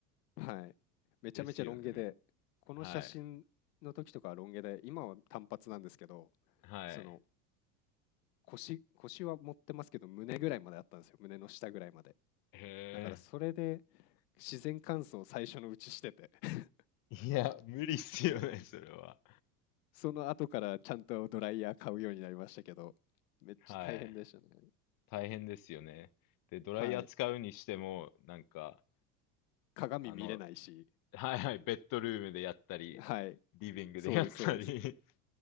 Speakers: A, on the left (about 80°); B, on the left (about 45°).
A: はい、めちゃめちゃロン毛で、
B: ですよね。
A: この写真の時とかはロン毛で、
B: はい。
A: 今は短髪なんですけど、
B: はい。
A: その、腰、腰は持ってますけど、胸ぐらいまであったんですよ、胸の下ぐらいまで。
B: へ
A: だからそれで
B: え。
A: 自然乾燥を最初のうちしてて <laughs>
B: <laughs> いや、無理っすよね、それは。
A: その後からちゃんとドライヤー買うようになりましたけど、めっちゃ大変でしたね。
B: はい。大変ですよね。で、ドライヤー使うにしても、
A: はい。
B: なんか、
A: 鏡見れないし、
B: あの、<laughs> はいはい、ベッドルームでやったり、
A: はい。
B: リビングでやったり
A: そうです、そうです。
B: <laughs>